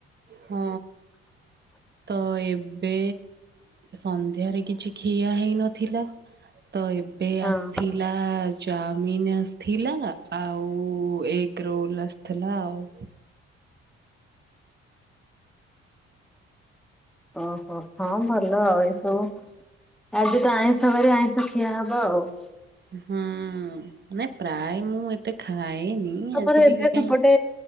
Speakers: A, on the right; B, in the centre.
A: ହଁ। ତ ଏବେ ସନ୍ଧ୍ୟାରେ କିଛି ଖିଆ ହେଇନଥିଲା। ତ ଏବେ
B: ହଁ
A: ଆସଥିଲା ଚାମିନ ଆ ଥିଲା ଆଉ ଏଗ ରୋଲ୍ ଆସିଥିଲା ଆଉ।
B: ଓହୋ ହଁ ଭଲ ଆଉ ଏସବୁ। ଆଜି ତ ଆଇଁଷ ବାରି ଆଇଁଷ ଖିଆ ହବ ଆଉ।
A: ହୁଁ ନାଇ ପ୍ରାୟ ମୁଁ ଏତେ ଖାଏନି।
B: ତମର
A: ଆଜି ଟିକେ
B: ଏବେ ସେପଟେ
A: କାହିଁ